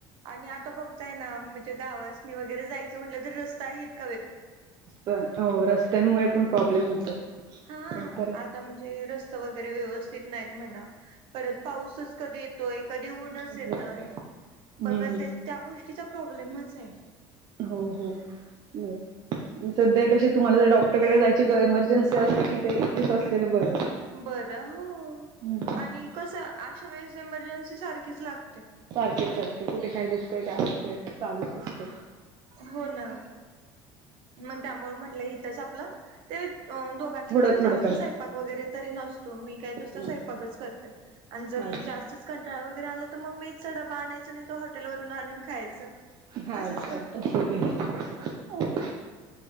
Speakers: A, on the right; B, on the right.
A: आणि आता बघताय ना म्हणजे गावासनी वगैरे जायचं म्हटलं तर रस्ता इत
B: त हो रस्त्यांमुळे पण प्रॉब्लेम होतो.
A: हा
B: आणि परत
A: आता म्हणजे रस्त वगैरे व्यवस्थित नाहीत म्हणा. परत पाऊसच कधी येतोय, कधी ऊनच
B: जातो
A: येतंय.
B: हम्म
A: बघल ते त्या गोष्टीचा प्रॉब्लेमच हाय.
B: हम्म हम्म हम्म. सध्या कशी तुम्हाला जर डॉक्टरकडे जायची गर इमर्जन्सी असले, की ते इथेच असलेले बरं.
A: बर हो
B: हम्म
A: आणि कसं अशावेळेस एमर्जन्सी सारखीच लाग
B: सारखे सारखे कुठे काय दुखतंय, काय होतंय चालूच असतं.
A: हो ना. मग त्यामुळे म्हंटलं इथंच आपलं ते दोघांचं
B: थोडं
A: कसं
B: थोडं
A: जास्त स्वयंपाक वगैरे तरी नस तो मी काही
B: करता.
A: नुसता स्वयंपाकच करत्या. आणि जरूर
B: अच्छा
A: जास्तच कंटाळ वगैरे आला तर, मग मेसचा डबा आणयचं, नाहीतर हॉटेलवरून आणून खायचं.
B: <inaudible>
A: असंच करतो.